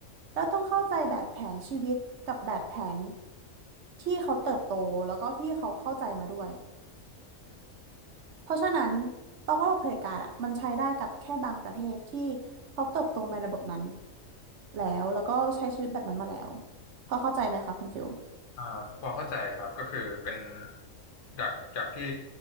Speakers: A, on the right (about 65°); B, on the left (about 45°).
A: เราต้องเข้าใจแบบแผนชีวิตกับแบบแผนที่เขาเติบโตแล้วก็ที่เขาเข้าใจมาด้วยเพราะฉะนั้นตองว่าระบบเผด็จการอ่ะมันใช้ได้กับแค่บางประเทศที่เขาเติบโตมาในระบบนั้นแล้วแล้วก็ใช้ชีวิตแบบนั้นมาแล้วพอเข้าใจไหมคะคุณฟิล
B: อ่าพอเข้าใจครับก็คือเป็นจากจากที่